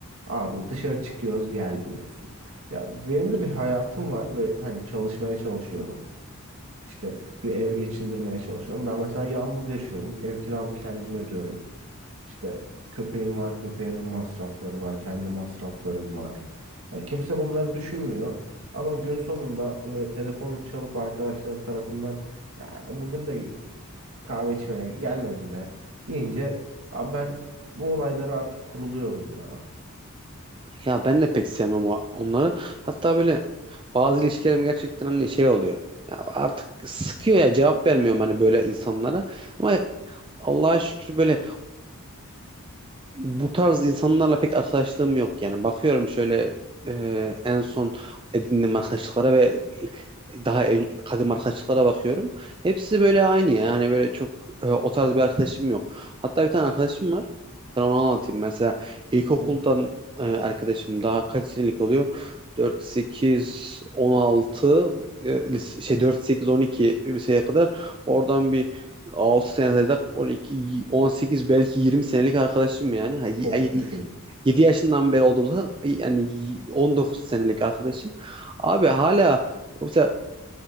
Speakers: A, on the right (about 65°); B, on the right (about 25°).
A: Abi dışarı çıkıyoruz gelmiyorsun. Ya benim de bir hayatım var ve hani çalışmaya çalışıyorum. İşte bir ev geçindirmeye çalışıyorum. Ben mesela yalnız yaşıyorum. Ev kiramı kendim ödüyorum. İşte köpeğim var, köpeğimin masrafları var, kendi masraflarım var. Yani kimse bunları düşünmüyor. Ama gün sonunda böyle telefonum çalıp arkadaşlarım tarafından ya bugün de e, kahve içmeye gelmedin be deyince abi ben bu olaylara artık kuruluyorum ya.
B: Ya ben de pek sevmem o- onları. Hatta böyle bazı ilişkilerim gerçekten hani şey oluyor. Ya artık sıkıyor ya cevap vermiyorum hani böyle insanlara. Ama Allah'a şükür böyle bu tarz insanlarla pek arkadaşlığım yok yani. Bakıyorum şöyle e, en son edindiğim arkadaşlıklara ve daha ön- kadim arkadaşlıklara bakıyorum. Hepsi böyle aynı ya. Hani böyle çok e, o tarz bir arkadaşım yok. Hatta bir tane arkadaşım var. Sana onu anlatayım. Mesela ilkokuldan
A: Hı hı.
B: e, arkadaşım daha kaç senelik oluyor? 4, 8, 16 e, lise- şey 4, 8, 12 liseye kadar oradan bir 6 sene saysak 12, on sekiz belki 20 senelik arkadaşım yani. Ha, y-
A: Of düşün.
B: 7 yaşından beri olduğumuzda yani 19 senelik arkadaşım. Abi hala mesela